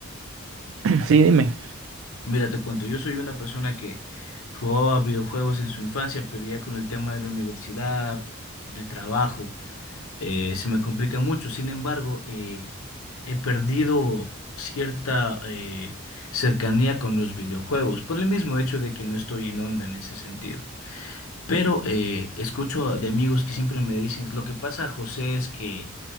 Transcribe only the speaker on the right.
<clears throat> Sí, dime.